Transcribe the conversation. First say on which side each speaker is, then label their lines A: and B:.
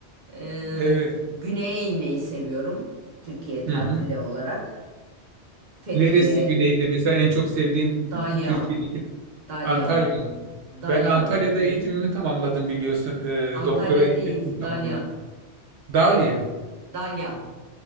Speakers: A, on the right (about 45°); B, on the right (about 80°).
A: Ee,
B: Evet.
A: güneye inmeyi seviyorum. Türkiye tatili
B: Hı hı.
A: olarak. Fethiye,
B: Neresi güneyde mesela en çok sevdiğin
A: Dalyan,
B: e, Türkiye'deki
A: Dalyan,
B: Antalya mı?
A: Dalyan,
B: Ben Antalya'da
A: Gö-
B: eğitimimi tamamladım biliyorsun. E,
A: Antalya
B: doktora eğitimimi
A: değil,
B: tamamladım.
A: Dalyan,
B: Dalia.
A: Dalyan,